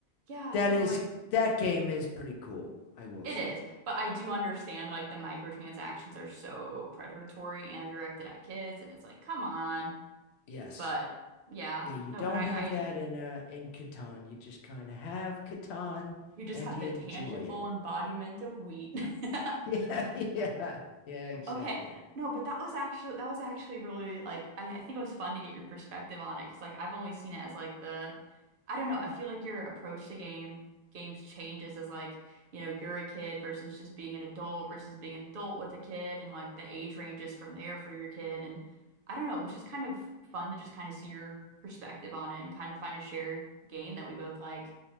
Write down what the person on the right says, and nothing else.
yeah,
you know
like
It
is, but I do understand like the microtransactions are so predatory and directed at kids, and it's like, come on.
But yeah,
no,
but I,
I,
you just
have
the
tangible
embodiment of wheat. <laughs>
Okay. No, but that was actually that was actually really like I, I think it was fun to get your perspective on it because like I've only seen it as like the I don't know, I feel like your approach to game games changes as like, you know, you're a kid versus just being an adult versus being an adult with a kid and like the age ranges from there for your kid and I don't know, it was just kind of fun to just kind of see your perspective on it and kind of find a shared game that we both like.